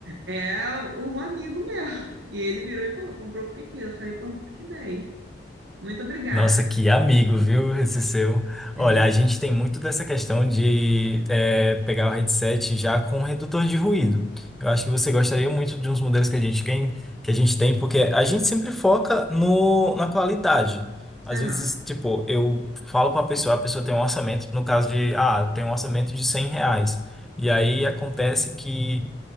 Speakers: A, on the right (about 85°); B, in the centre.
A: é um amigo meu. E ele virou e falou, comprou porque quis. Eu falei, pô, muito que bem. Muito obrigada.
B: Nossa, que amigo, viu, esse seu. Olha,
A: É.
B: a gente tem muito dessa questão de é, pegar o headset já com redutor de ruído. Eu acho que você gostaria muito de uns modelos que a gente tem, que a gente tem, porque a gente sempre foca no, na qualidade. Às
A: Aham.
B: vezes, tipo, eu falo com a pessoa, a pessoa tem um orçamento, no caso de, ah, tem um orçamento de 100 reais. E aí acontece que